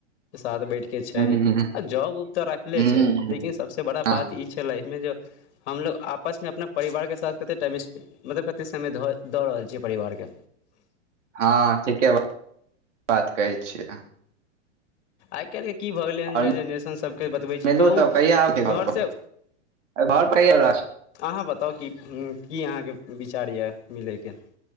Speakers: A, on the left; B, on the right.
A: साथ बैठके छै
B: हूँ
A: जॉब उब तऽ राखले
B: हूँ
A: छै लेकिन सबसे बड़ा
B: हँ
A: बात ई छलै मे ज हमलोग आपसमे अपना परिवारके साथ कते टाइम स्पेन्ड मतलब कते समय धऽ दऽ रहल छियै परिवारके
B: हँ ठीके बात बात कहै छियै
A: आइ काल्हि की भऽ गेलै हन
B: आओर
A: जे जेनरेशन सभके बतबै
B: मिलू
A: छी तऽ ओ
B: तब कहिया आबै छियै घर
A: घरसँ
B: पर घर पर कहिया रहब?
A: अहाँ बताउ की की अहाँके विचार यए मिलयके